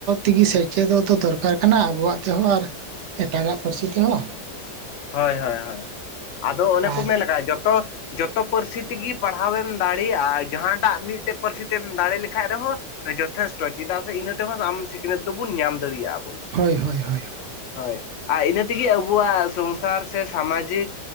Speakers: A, on the right; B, on the left.
A: ᱛᱮᱜᱮ ᱥᱮᱪᱮᱫᱚᱜ ᱫᱚ ᱫᱚᱨᱠᱟᱨ ᱠᱟᱱᱟ ᱟᱵᱚᱣᱟᱜ ᱛᱮᱦᱚᱸ ᱟᱨᱼᱼ ᱮᱴᱟᱜᱟᱜ ᱯᱟᱹᱨᱥᱤ ᱛᱮᱦᱚᱸ᱾
B: ᱦᱳᱭ ᱦᱳᱭ ᱦᱳᱭ ᱟᱫᱚ ᱚᱱᱮ ᱠᱚ
A: ᱟᱨ
B: ᱢᱮᱱ ᱞᱮᱠᱷᱟᱡ ᱡᱚᱛᱚᱼᱼ ᱡᱚᱛᱚ ᱯᱟᱹᱨᱥᱤ ᱛᱮᱜᱮ ᱯᱟᱲᱦᱟᱣᱮᱢ ᱫᱟᱲᱮᱭᱟᱜᱼᱟ ᱡᱟᱦᱟᱸᱴᱟᱜ ᱢᱤᱫᱴᱮᱡ ᱯᱟᱹᱨᱥᱤ ᱛᱮᱢ ᱫᱟᱲᱮ ᱞᱮᱠᱷᱟᱡ ᱨᱮᱦᱚᱸᱼᱼ ᱡᱚᱛᱷᱮᱥᱴᱚ ᱪᱮᱫᱟᱜ ᱥᱮ ᱤᱱᱟᱹ ᱛᱮᱦᱚᱸ ᱟᱢ ᱥᱤᱠᱷᱱᱟᱹᱛ ᱫᱚᱵᱚᱱ ᱧᱟᱢ ᱫᱟᱲᱮᱭᱟᱜᱼᱟ ᱵᱚᱱ᱾
A: ᱦᱳᱭ ᱦᱳᱭ ᱦᱳᱭ᱾
B: ᱦᱳᱭ ᱟᱨ ᱤᱱᱟᱹ ᱛᱮᱜᱮ ᱟᱵᱚᱣᱟᱜ ᱥᱝᱥᱟ ᱥᱚᱝᱥᱟᱨ ᱥᱮ ᱥᱟᱢᱟᱡᱤᱠ